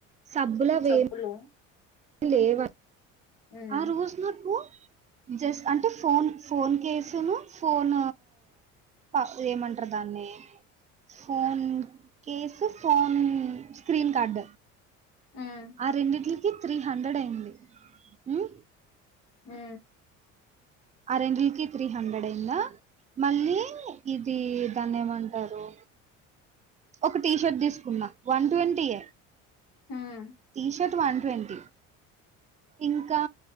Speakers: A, on the right; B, on the left.
A: సబ్బుల
B: చెప్పులు
A: వే లేవ
B: ఉమ్
A: ఆ రోజ్ నాకు
B: <unintelligible>
A: జస్ట్ అంటే ఫోన్ ఫోన్ కేసుము ఫోన్ త ఏమంటరు దాన్నీ phone case phone screen card
B: ఉమ్
A: ఆ రెండింటిలికి త్రీ హండ్రెడ్ అయింది. మ్
B: మ్
A: ఆ రెండిటికి త్రీ హండ్రెడ్ అయిందా మళ్ళీ ఇదీ దాన్నేమో అంటారు ఒక టీ షర్ట్ తీస్కున్నా వన్ ట్వంటీయే
B: హ్మ్
A: టీ షర్ట్ వన్ ట్వంటీ
B: <unintelligible>
A: ఇంకా